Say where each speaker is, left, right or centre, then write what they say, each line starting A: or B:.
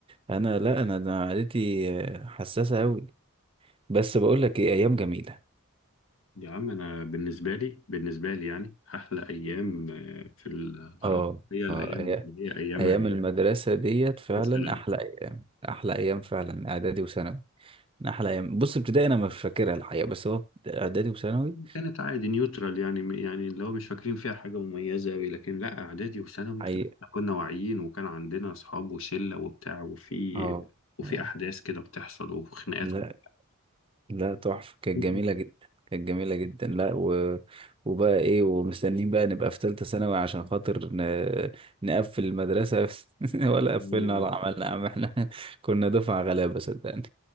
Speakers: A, on the right; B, on the left.
A: أنا لا أنا ده معدتي آه، حساسة أوي بس بقول لك إيه أيام جميلة
B: يا عم انا بالنسبه لي بالنسبه لي يعني احلى ايام آه، في الدراسه
A: آه
B: هي الايام
A: آه أي-
B: دي اللي هي ايام
A: أيام
B: اعدادي
A: هي المدرسة ديت فعلا
B: وثانوي
A: أحلى أيام أحلى أيام فعلا إعدادي وثانوي من أحلى أيام بص ابتدائي أنا مش فاكرها الحقيقة بس هو إعدادي وثانوي
B: كانت عادي نيوترال يعني يعني اللي هو مش فاكرين فيها حاجه مميزه قوي لكن لا اعدادي وثانوي
A: حقيقة
B: لا، احنا كنا واعيين وكان عندنا اصحاب وشله وبتاع وفي
A: آه
B: وفي
A: آه
B: احداث كده بتحصل وخناقات
A: لا
B: وبتاع
A: لا تحفة كانت
B: <laughs>
A: جميلة جدا كانت جميلة جدا لا و... وبقى ايه ومستنيين بقى نبقى في تالتة ثانوي عشان خاطر ن... نقفل المدرسة <laughs> ولا قفلنا
B: ايوه
A: ولا عملنا يا عم احنا <laughs> كنا دفعة غلابة صدقني